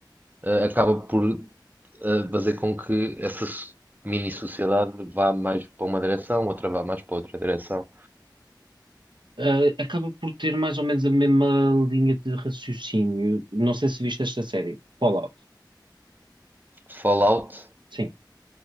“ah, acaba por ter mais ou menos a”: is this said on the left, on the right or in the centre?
Right